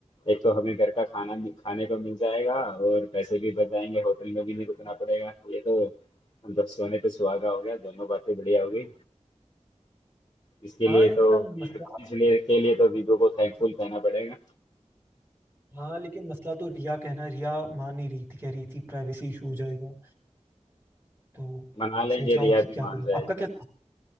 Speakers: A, on the left (about 40°); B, on the right (about 20°).
A: एक तो हमें घर का खाना भी- खाने को मिल जाएगा और पैसे भी बच जाएंगे होटल में भी नहीं रुकना पड़ेगा ये तो मतलब सोने पे सुहागा हो गया दोनों बातें बढ़िया हो गई इसके
B: हाँ
A: लिए
B: लेकिन
A: तो
B: अब मसला
A: इसलिए के लिए तो वीवो को थैंकफुल कहना पड़ेगा
B: हाँ लेकिन मसला तो रिया कहना रिया मान नहीं रही थी कह रही थी प्राइवेसी इशू हो जाएगा तो
A: मना लेंगे
B: सोच रहा हूँ
A: रिया
B: कि
A: भी
B: क्या
A: मान
B: करूँ
A: जाएगी
B: आपका क्या